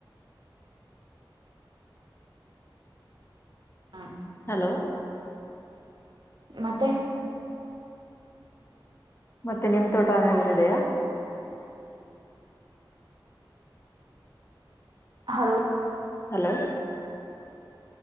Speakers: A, on the right; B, on the left.
A: ಹಾ
B: ಹಲೋ
A: ಮತ್ತೆ
B: ಮತ್ತೆ ನಿಮ್ ತೋಟ ಅನಾದ್ರ ಇದೆಯಾ
A: ಹಲೋ
B: ಹಲೋ